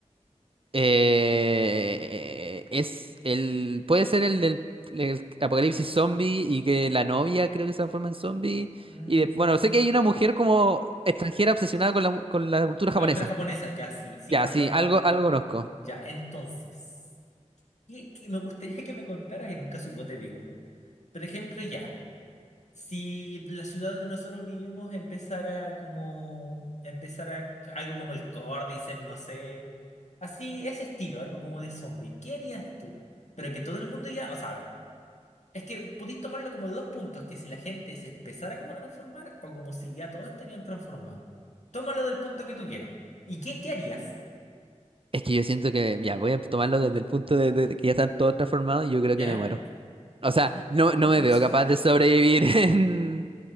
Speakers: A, on the right; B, on the left.
A: Eh, es el, puede ser el del el apocalipsis zombie y que la novia creo que se transforma en zombie.
B: Mm,
A: Y de- bueno, sé que hay una mujer como extranjera obsesionada con la, con la cultura
B: la
A: japonesa.
B: cultura japonesa, ya sí, sí,
A: Ya,
B: pero
A: sí,
B: no,
A: algo, algo conozco.
B: ya, entonces, ¿qué- qué- me gustaría que me contaras en un caso hipotético. Por ejemplo, ya. si la ciudad donde nosotros vivimos empezara como, empezara algo como el Cordyceps, no sé, así, ese estilo, algo como de zombie, ¿qué harías tú? Pero que todo el mundo ya, o sea, a ver, es que pudiste tomarlo como de dos puntos, que si la gente se empezara como a transformar o como si ya todos estarían transformados. Tómalo del punto que tú quieras. ¿Y qué, qué harías?
A: Es que yo siento que, ya, voy a tomarlo desde el punto de, de que ya están todos transformados y yo creo
B: ¿Ya?
A: que me muero. O sea, no,
B: <laughs>
A: no me veo capaz de sobrevivir <laughs> en,